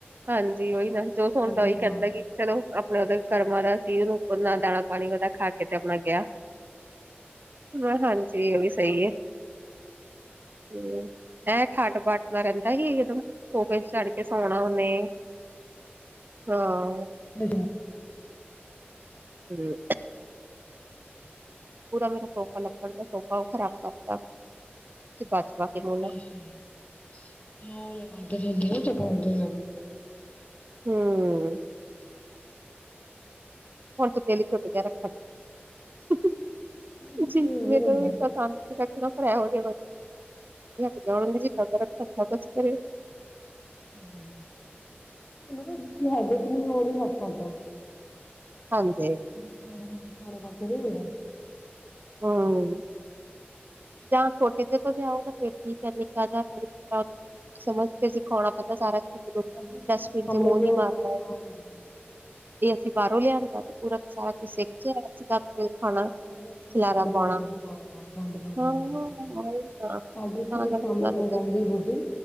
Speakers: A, on the right; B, on the left.
A: ਹਾਂਜੀ ਉਹੀ ਨਾ ਜੋ
B: ਅੱਛਾ-ਅੱਛਾ।
A: ਸੋਣਦਾ ਉਹੀ ਕੈਂਦਾ
B: ਹਾਂ
A: ਕਿ ਚਲੋ। ਆਪਣੇ ਉਹਦੇ ਕਰਮਾਂ ਦਾ ਸੀ, ਉੱਪਰ ਨਾਲ ਦਾਣਾ ਪਾਣੀ ਉਹਦਾ ਖਾ ਕੇ ਤੇ ਆਪਣਾ ਗਿਆ। ਮੇ ਹਾਂਜੀ ਉਹ ਵੀ ਸਹੀ ਹੈ, ਹਮ ਇਹ ਖੱਟ, ਪੱਟ ਨਾ ਰੈਂਦਾ ਇਹ ਤੇ ਸੋਫੇ ਤੇ ਚੜ ਕੇ ਸੋਣਾ ਉਨੇ ਹਾਂ।
B: ਹ
A: ਜੀ ਪੂਰਾ ਮੇਰਾ ਸੋਫਾ ਲਕੜ ਦਾ ਸੋਫਾ ਉਹ ਖਰਾਬ ਕਰਤਾ ਤੇ ਬਚਪ ਕੇ ਲਣਾ <unintelligible>
B: ਠੀ ਹ ਉਹ ਆਦ ਹਦੀ ਨਾ ਤੇ ਪਾਂਦੇ ਨੇ
A: ਹਮ ਹੁਣ ਦਿਲ ਟੁੱਟ ਗਿਆ ਰੱਖਣ ਦਾ।
B: ਨਹੀਂ
A: ਜੀ ਮੇ ਤਾਂ
B: ਹੁੰਦਾ।
A: ਪਸੰਦ ਸੀ ਰੱਖ ਲਾ। <unintelligible> ਫੇਰ ਇਹ ਹੋਜੇ ਵਰਕਰ ਰੱਖ <unintelligible>
B: ਹਮ ਹੈਡਿਕ ਨੁ ਉਹ ਨੀ ਲਗ ਸਕਦਾ।
A: ਹਾਂਜੀ
B: ਸਕੇ ਨਹੀਂ ਲਥੇ ਕਠਾ ਰਾਖ ਵੀ ਲੈਂਦੇ ਆ।
A: ਹੂੰ ਜਾਂ ਛੋਟੇ ਜ ਕੋਲ ਆਉ ਨਾ ਫਿਰ ਠੀਕ ਹੈ ਨਿੱਕਾ ਜਿ ਸਮਝ ਕੇ ਅਸੀਂ ਥੋੜਾ ਬੋਤਾ ਸਾਰਾ
B: ਸਾਹਮਣੇ
A: ਡਸਟਬੀਨ ਚ ਮੂੰਹ ਨੀ
B: ਤੇ
A: ਮਾਰ ਪਾਏਗੀ
B: ਹਾਂਜੀ।
A: ਹੈ। ਜੇ ਅਸੀਂਬਾਹਰੋਂ ਲਿਆਂਦਾ ਤੇ ਪੂਰਾ ਸਾਰਾ ਕੁਛ ਸਿੱਖ ਕੇਆ ਇਆ ਸੀਂ ਗੱੰਦ ਖਾਣਾ
B: ਗੰਦ
A: ਖਿਲਾਰਾ
B: ਪਾਉਂਦੇ
A: ਪਾਉਣਾ।
B: ਨੇ ਹਾਂ ਗੰਦ, ਗੰਦ
A: ਹਾਂ
B: ਬਣਾ
A: ਉਹੀ ਨਾ
B: ਸਾਡੇ ਇਥੇ
A: ਤਾਂ ਕਰਕੇ
B: ਕੋ
A: ਉਹਨਾਂ
B: ਣੇ ਤੇਰੈਂਦੀ
A: ਦਿੱਕਤ
B: ਬੁੱਢੀ।